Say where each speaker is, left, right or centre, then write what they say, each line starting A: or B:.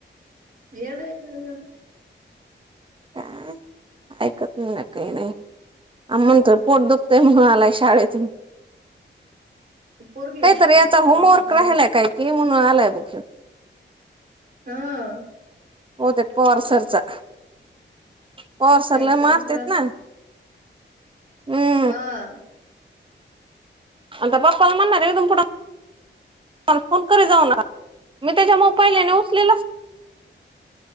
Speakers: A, on the right; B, on the right.
A: एडा आहे कां ग दांदां.
B: कायं ऐकतं नाहीं नं कांहीं नाहीं आण म्हणतो पोट दुखतंय म्हणून आलाय शाळेतूंन.
A: पोरगी आहेस
B: काहीतरी
A: काय
B: यांचा
A: पोट
B: होमवर्क
A: दुखायला
B: राहिलांय कायं कि म्हणून आलांय बघं शाळेतुन.
A: हां
B: होते पवारसरचां पवारसर
A: काहीतरी
B: लयं मारतेतं
A: तसच
B: नां. हम्मं
A: हां.
B: आता पप्पांला म्हणणांर आहे इथून पुठं फोन कररीत जाऊ नका मी त्यांच्या मोबाईल आहेणां उचलेलं.